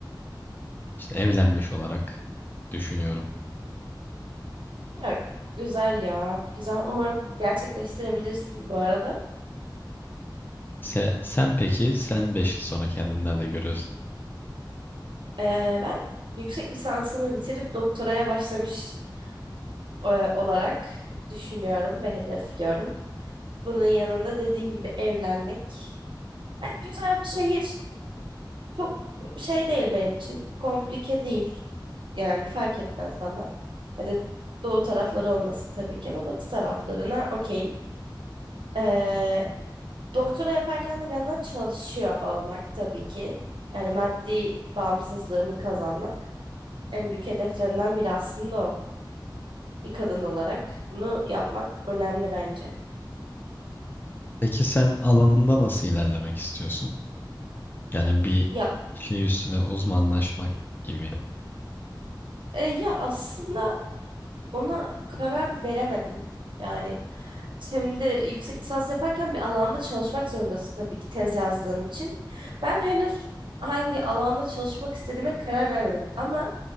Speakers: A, on the left; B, on the right.
A: İşte evlenmiş olarak düşünüyorum.
B: Ya güzel ya. Güzel. Umarım gerçekleştirebilirsin bu arada.
A: Se- sen peki, sen 5 yıl sonra kendini nerede görüyorsun?
B: Ee, ben yüksek lisansımı bitirip doktoraya başlamış e, olarak düşünüyorum ve hedefliyorum. Bunun yanında dediğin gibi evlenmek. E, güzel bir şehir. Çok şey değil benim için. Komplike değil. Yani fark etmez bana. Hadi doğu tarafları olmasın tabii ki ama batı taraflarına okeyim. Ee, doktora yaparken de bir yandan çalışıyor olmak tabii ki. Yani maddi bağımsızlığımı kazanmak en büyük hedeflerimden biri aslında o. bir kadın olarak bunu yapmak önemli bence.
A: Peki sen alanında nasıl ilerlemek istiyorsun? Yani bir
B: Ya
A: şey üstüne uzmanlaşmak gibi.
B: e, ya aslında ona karar veremedim. Yani şimdi yüksek lisans yaparken bir alanda çalışmak zorundasın tabii ki tez yazdığın için. Ben henüz hangi alanda çalışmak istediğime karar vermedim ama